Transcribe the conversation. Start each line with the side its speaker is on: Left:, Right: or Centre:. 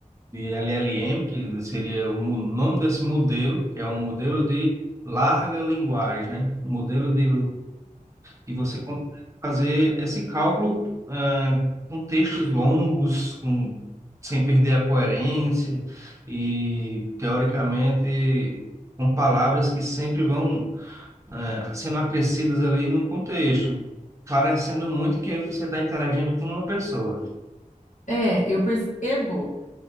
Right: de LLM, que seria o mo- nome desse modelo, que é um modelo de larga linguagem, né? Um Modelo de e você consegue fazer esse cálculo, ah, com textos longos, com, sem perder a coerência e, teoricamente, com palavras que sempre vão, ah, sendo acrescidas ali no contexto, parecendo muito que você está interagindo com uma pessoa.
Left: É, eu percebo